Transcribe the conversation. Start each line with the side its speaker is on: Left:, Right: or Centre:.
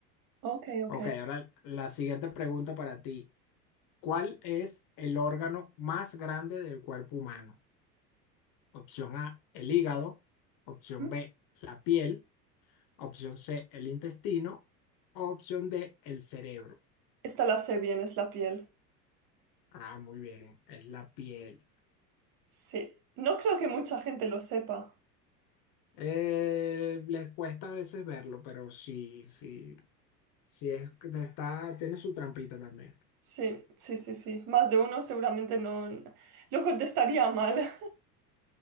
Right: Ok, ok.
Left: Ok, ahora la siguiente pregunta para ti. ¿Cuál es el órgano más grande del cuerpo humano? Opción A, el hígado. Opción
Right: Mm.
Left: B, la piel. Opción C, el intestino. Opción D, el cerebro.
Right: Esta la sé bien, es la piel.
Left: Ah, muy bien, es la piel.
Right: Sí. No creo que mucha gente lo sepa.
Left: Eh, les cuesta a veces verlo, pero sí, sí, sí es que te está, tiene su trampita también.
Right: Sí, sí, sí, sí. Más de uno seguramente no lo contestaría mal.